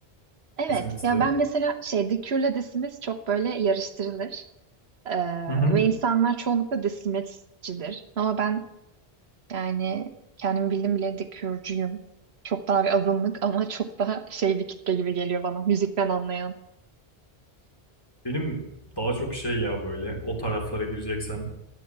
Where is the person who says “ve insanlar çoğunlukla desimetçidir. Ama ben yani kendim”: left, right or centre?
Right